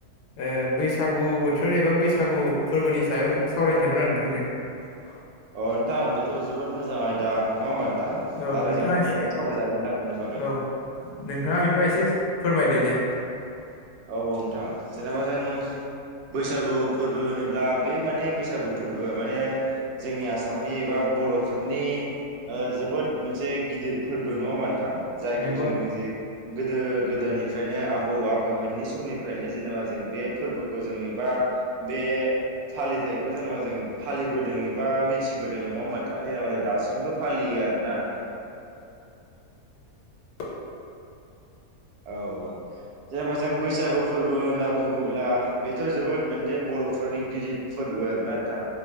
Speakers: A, on the left; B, on the right.
A: ओ बैसागु बोथोर एबा बैसागु फोरबोनि सायाव सावरायनो सानदोंमोन आं नोंथांजों <unintelligible>
B: अ नोंथां बेथ' जोबोद मोजां आयदा नङा होमबानो नोंथां
A: औ
B: लारायजागोन
A: नोंथाङा एसे
B: एबा सावरायजागोन नोंथां बिनि बागै
A: औ नोंथाङा बिदिबा एसे फोरमायदो दे
B: औ औ नोंथां जेनेबा जों बैसागु फोरबो होनोब्ला बे माने बैसागु फोरबोआ माने जोंनि आसामनि एबा बर'फोरनि ओ जोबोद मोनसे गिदिर फोरबो नङा मोनथां जायखौ
A: नंगौ
B: जों जे गोदो गोदोनिफ्रायनो आबौ आबौ बै मोननि समनिफ्रायनो जेनेबा जों बे फोरबोखौ जों एबा बे फालिथायखौ जों जेनेबा जों फालिबोदों एबा मिथिबोदों नङा होमबा नोंथां जेनेबा जों दासिमबो फालियो आरोना नोंथां
A: <inaudible>
B: औ औ जेनेबा जों बैसागु फोरबो होनना बुङोब्ला बेथ' जोबोद मोदे ब बर'फोरनि गिदिद फोरबो आरो ना नोंथां